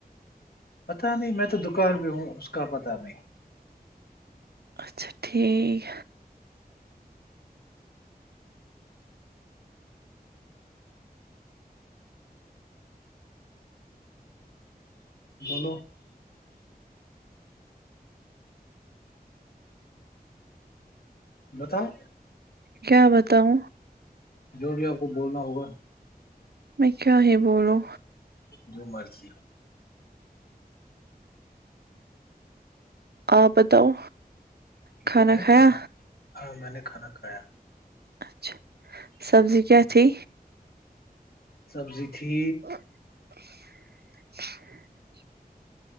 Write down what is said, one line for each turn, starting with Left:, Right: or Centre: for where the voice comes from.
Left: پتا نہیں میں تو دکان پہ ہوں اس کا پتا نہیں
Right: اچھا ٹھیک
Left: بولو بتاؤ
Right: کیا بتاؤ
Left: جو بھی آپ کو بولنا ہوگا
Right: میں کیا ہی بولو
Left: جو مرضی ہو
Right: آپ بتاؤ کھانا
Left: میں
Right: کھایا
Left: کیا ہاں میں نے کھانا کھایا
Right: اچھا سبزی کیا تھی
Left: سبزی تھی
Right: <inaudible>